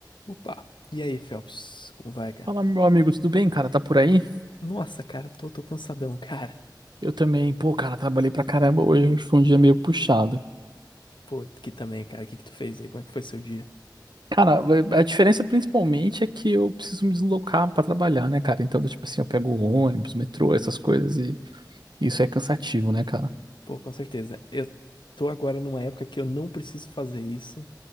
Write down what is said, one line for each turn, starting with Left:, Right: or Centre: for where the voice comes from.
Left: Opa! E aí, Phelps? Como vai, cara?
Right: Fala, meu amigo, tudo bem, cara? Tá por aí?
Left: Nossa, cara, tô, tô cansadão, <laughs> cara.
Right: Eu também, pô, cara, trabalhei pra caramba hoje, foi um dia meio puxado.
Left: Pô, aqui também, cara. O que que tu fez aí? Como é que foi seu dia?
Right: Cara, a diferença principalmente é que eu preciso me deslocar pra trabalhar, né, cara? Então, tipo assim, eu pego o ônibus, metrô, essas coisas e isso é cansativo, né, cara?
Left: Pô, com certeza. Eu tô agora numa época que eu não preciso fazer isso